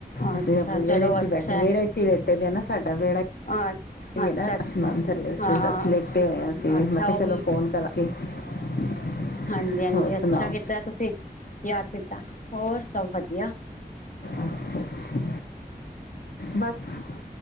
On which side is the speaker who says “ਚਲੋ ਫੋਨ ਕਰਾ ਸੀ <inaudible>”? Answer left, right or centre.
Left